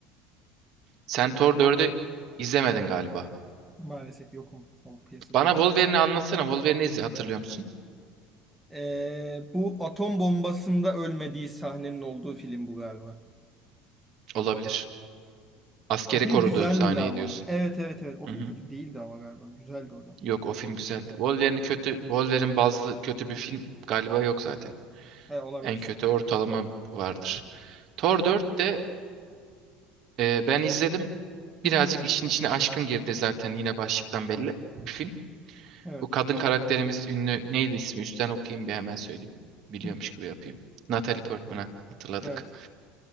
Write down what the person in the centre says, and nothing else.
Maalesef yokum. O piyasada
yok.
Ee, bu atom bombasında ölmediği sahnenin olduğu film bu galiba.
O film
güzeldi
ama.
Evet evet evet. O
film
kötü değildi ama galiba. Güzeldi o da.
He, olabilir.
Hı hı.
Evet.
<laughs>
Evet.